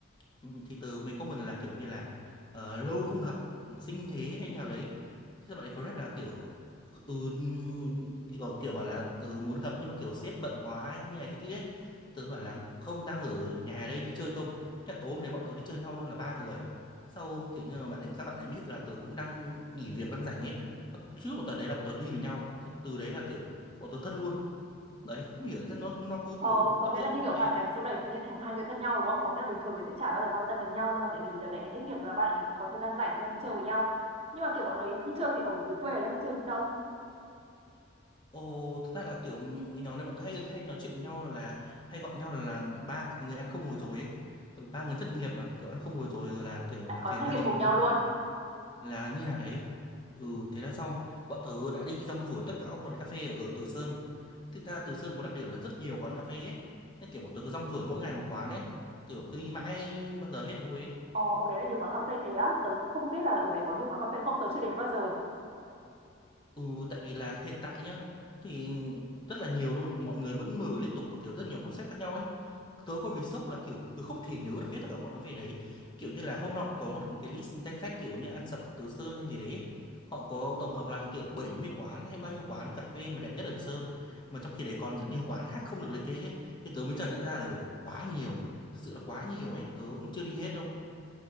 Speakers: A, on the left (about 20°); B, on the right (about 30°).
A: Ừ, thì từ mình có mình là kiểu như là ờ, lâu không gặp sinh thế hay nào đấy thế bạn ấy có rep là kiểu ừ, kiểu, kiểu bảo là ừ, muốn gặp nhưng mà kiểu sếp bận quá ấy, như này thế kia ấy. tớ bảo là không đang ở nhà đây đi chơi không thế là tối hôm đấy bọn tớ đi chơi nhau luôn là ba người sau kiểu như là bạn ấy, các bạn ấy biết là tớ cũng đang nghỉ việc đang rảnh ấy trước một tuần đấy là bọn tớ đi với nhau Sau- từ đấy là kiểu bọn tớ thân luôn đấy không hiểu sao nó nó cứ
B: Ờ,
A: kiểu
B: có
A: tiếp
B: nghĩa
A: diễn
B: là như kiểu hoàn
A: thế
B: cảnh xô đẩy tự nhiên thành hai người thân nhau đúng không? Có nghĩa là bình thường thì sẽ chả bao giờ quan tâm đến nhau nhưng mà tại vì đợt đấy hết nghiệp là bạn ấy có thời gian rảnh thì là đi chơi với nhau. Nhưng mà kiểu bọn ấy đi chơi thì ở dưới quê là đi chơi những đâu?
A: Ồ, thật ra là kiểu người nhóm này bọn tôi hay hay nói chuyện với nhau là hay gọi nhau là ba cái người ăn không ngồi rồi ấy. Tại vì ba người thất nghiệp mà kiểu ăn không ngồi rồi rồi là kiểu
B: Lại
A: làm
B: còn
A: phiền
B: thất
A: gia
B: nghiệp
A: đình
B: cùng nhau
A: ấy nhỉ.
B: luôn.
A: là như nào đấy. Ừ, thế là sau bọn tớ đã đi rong ruổi tất cả các quán cà phê ở Từ Sơn. Thực ra Từ Sơn có đặc điểm là rất nhiều quán cà phê ấy. Nên kiểu bọn tớ cứ rong ruổi mỗi ngày một quán ấy, kiểu cứ đi mãi bao giờ hết thì thôi ấy.
B: Ờ, ở đấy là nhiều quán cà phê thế á, tớ cũng không biết là ở đấy có nhiều quán cà phê không, tớ chưa đến đấy bao giờ.
A: Ừ, tại vì là hiện tại nhá thì rất là nhiều luôn, mọi người vẫn mở liên tục và kiểu rất nhiều concept khác nhau ấy. tớ còn bị sốc là kiểu tớ không thể nhớ được hết tất cả quán cà phê đấy kiểu như là hôm nọ có một cái list danh sách kiểu như ăn sập Từ Sơn hay gì đấy họ có tổng hợp lại kiểu 70 quán hay bao nhiêu quán cà phê mà đẹp nhất ở Từ Sơn mà trong khi đấy còn rất nhiều quán khác không được liệt kê ấy thì tớ mới chợt nhận ra là kiểu quá nhiều thực sự là quá nhiều ấy tớ cũng chưa đi hết đâu